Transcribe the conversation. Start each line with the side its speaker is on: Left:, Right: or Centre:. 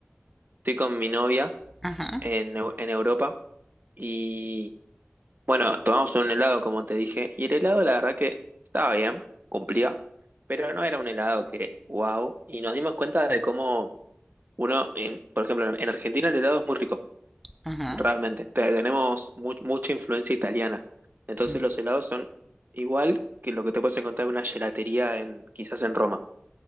Right: estoy con mi novia
Centre: Ajá,
Right: en, Eu- en Europa y Bueno, tomamos un helado, como te dije, y el helado la verdad que estaba bien, cumplía, pero no era un helado que, wow, y nos dimos cuenta de cómo uno, en- por ejemplo, en en Argentina el helado es muy rico,
Centre: ajá,
Right: realmente, te- tenemos mu- mucha influencia italiana, entonces
Centre: ajá.
Right: los helados son igual que lo que te puedes encontrar en una gelatería en, quizás en Roma.